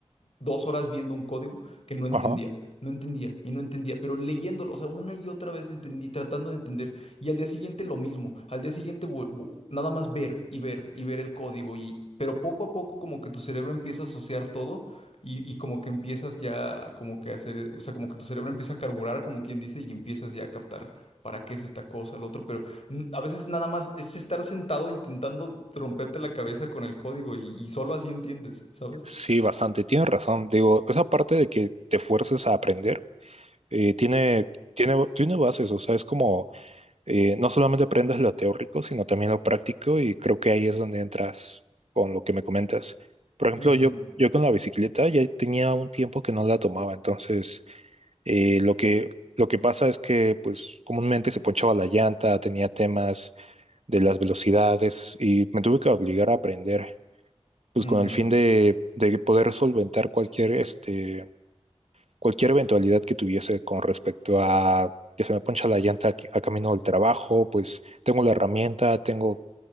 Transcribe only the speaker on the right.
Ajá.
Sí, bastante, tienes razón. Digo, esa parte de que te fuerces a aprender. eh, tiene, tiene, tiene bases, o sea, es como eh, no solamente aprendes lo teórico, sino también lo práctico y creo que ahí es donde entras con lo que me comentas. Por ejemplo,
yo, yo con la bicicleta ya tenía un tiempo que no la tomaba, entonces eh, lo que, lo que pasa es que pues comúnmente se ponchaba la llanta, tenía temas de las velocidades y me tuve que obligar a aprender. Pues
con el fin de, de poder solventar cualquier este, cualquier eventualidad que tuviese con respecto a que se me poncha la llanta aquí- a camino del trabajo, pues tengo la herramienta, tengo